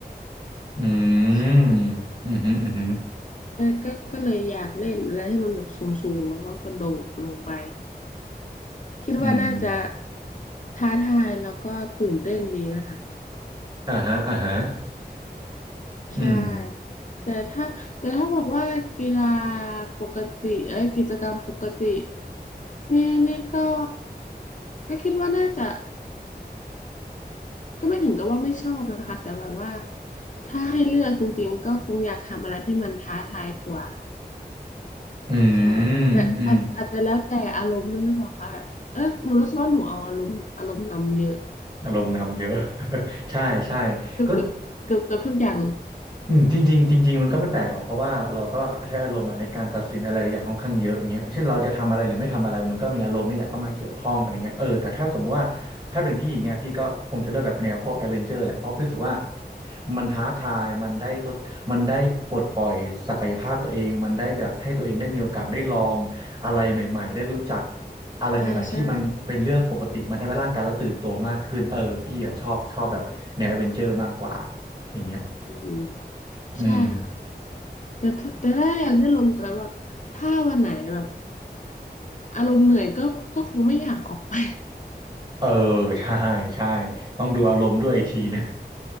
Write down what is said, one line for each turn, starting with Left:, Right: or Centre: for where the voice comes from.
Right: อื
Left: ใช่
Right: มอืมอหืมอ
Left: เออก็ก็เลยอยากเล่นอะไรที่มันแบบสูงๆแล้วก็กระโดดลงไป คิดว่าน่าจะ
Right: อืมอหืออืม
Left: ท้าทายแล้วก็ตื่นเต้นดีนะคะ
Right: อ่าฮะอ่าฮะอืม
Left: ใช่ แต่ถ้าแต่ถ้าบอกว่ากีฬาปกติเอ้ยกิจกรรมปกติ นี่นี่ก็ ก็คิดว่าน่าจะ ก็ไม่ถึงกับว่าไม่ชอบนะคะ แต่แบบว่า ถ้าให้เลือกจริงๆ ก็คงอยากทำอะไรที่มันท้าทายกว่า
Right: อื
Left: ใช่แต่อาจอาจจะแล้วแต่อารมณ์ด้วยหรือเปล่าคะแบบเออหนูรู้สึกว่าหนูเอาอารมณ์อารมณ์นำเยอะ
Right: มอืม
Left: <coughs>
Right: อารมณ์นำเยอะ <laughs> ใช่ใช่
Left: เกือบเกือบเกือบเกือบทุกอย่างเลย
Right: ก็ อืมจริงๆจริงๆมันก็ไม่แปลกหรอกเพราะว่าเราก็ใช้อารมณ์อะในการตัดสินอะไรอย่างค่อนข้างเยอะอย่างเงี้ยเช่นเราจะทำอะไรหรือไม่ทำอะไรมันก็มีอารมณ์นี่แหละเข้ามาเกี่ยวข้องอะไรเงี้ยเออแต่ถ้าสมมติว่าถ้าเป็นพี่อย่างเงี้ยพี่ก็คงจะเลือกแบบแนวพวกแอดเวนเจอร์แหละเพราะพี่รู้สึกว่ามันท้าทายมันได้ทดมันได้ปลดปล่อยศักยภาพตัวเองมันได้แบบให้ตัวเองได้มีโอกาสได้ลองอะไรใหม่ๆได้รู้จักอะไรใหม่ๆที่มันเป็นเรื่องปกติมันทำให้ร่างกายเราตื่นตัวมากขึ้นเออพี่อะชอบชอบแบบแนวแอดเวนเจอร์มากกว่า
Left: ใช่ใช่
Right: อย่างเงี้ย
Left: อืม
Right: อืม
Left: ใช่ค่ะแต่ถ้าแต่ถ้าอยากได้ลมก็แบบถ้าวันไหนแบบอารมณ์เหนื่อยก็ก็คงไม่อยากออกไป
Right: เออ <laughs> ใช่ใช่ต้องดูอารมณ์ด้วยอีกทีนึง